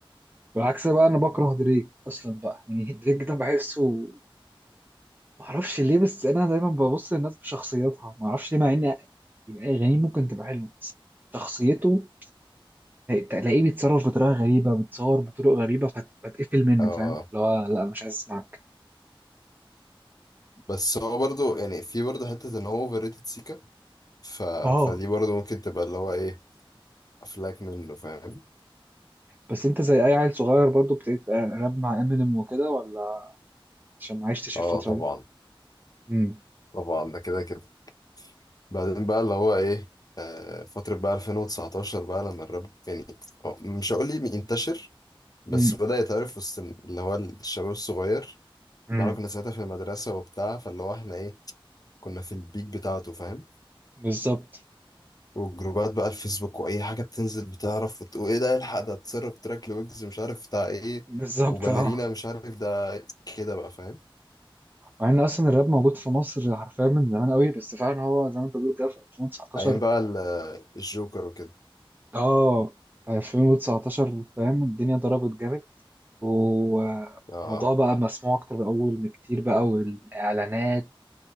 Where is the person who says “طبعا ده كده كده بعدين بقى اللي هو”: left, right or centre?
Left